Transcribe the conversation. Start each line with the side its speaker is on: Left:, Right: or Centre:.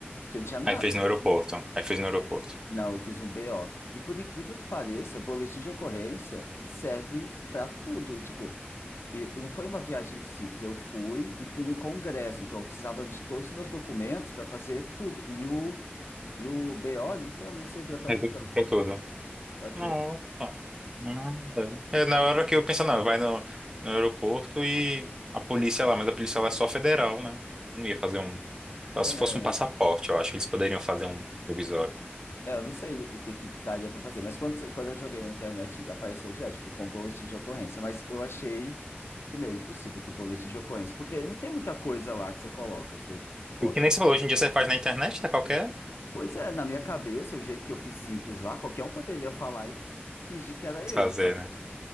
Left: porque eu não tinha nada.
Right: Aí fez no aeroporto. Aí fez no aeroporto.
Left: Não, eu fiz um BO. E por incrível que pareça, boletim de ocorrência serve para tudo. E, tipo, E e não foi uma viagem simples, eu fui e fui no congresso, então eu precisava de todos os meus documentos para fazer tudo. E o, e o BO literalmente servia para
Right: Resolvi
Left: tudo,
Right: pra tudo.
Left: para
Right: Nossa.
Left: tudo.
Right: Nada. É, na hora que eu penso, não, vai no, no aeroporto e a polícia lá, mas a polícia lá é só federal, né? Não ia fazer um. Só se
Left: É,
Right: fosse um passaporte, eu acho que eles poderiam fazer um provisório.
Left: é, eu não sei o que que daria para fazer, mas quando, você- quando eu joguei na internet apareceu já, tipo, com boletim de ocorrência, mas eu achei que, meu, impossível que boletim de ocorrência, porque não tem muita coisa lá que você coloca, você coloca...
Right: E que nem você falou, hoje em dia você faz na internet, tá? Qualquer
Left: Pois é, na minha cabeça, o jeito que eu fiz simples lá, qualquer um poderia falar e fingir que era eu,
Right: fazer,
Left: sabe?
Right: né?